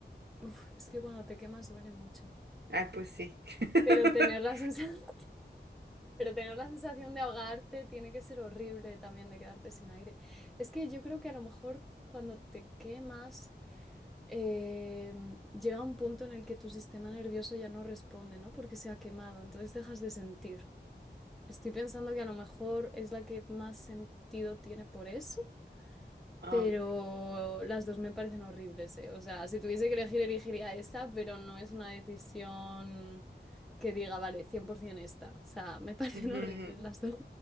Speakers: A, in the centre; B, on the right.
A: Uf, es que cuando te quemas duele mucho.
B: Ah, pues sí. <laughs>
A: Pero tener la sensación <laughs> Pero tener la sensación de ahogarte tiene que ser horrible también de quedarte sin aire. Es que yo creo que a lo mejor cuando te quemas eh, llega un punto en el que tu sistema nervioso ya no responde, ¿no? Porque se ha quemado, entonces dejas de sentir. Estoy pensando que a lo mejor es la que más sentido tiene por eso,
B: Ah,
A: pero las dos me parecen horribles, ¿eh? O sea, si tuviese que elegir, elegiría esta, pero no es una decisión que diga, vale, 100% esta. O sea, me <laughs> parecen
B: ujú.
A: horribles las dos.